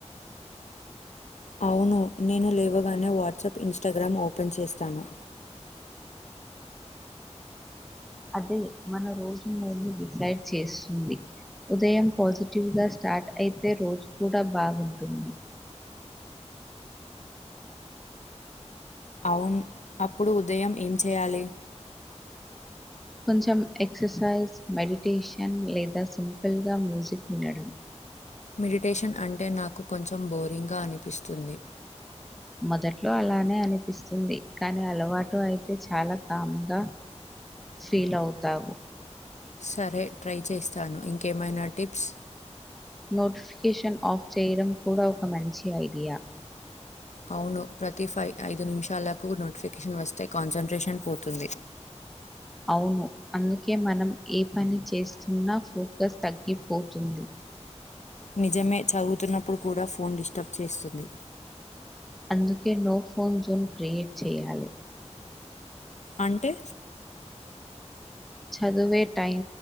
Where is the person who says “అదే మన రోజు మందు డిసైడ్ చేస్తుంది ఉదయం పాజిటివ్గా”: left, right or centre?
Centre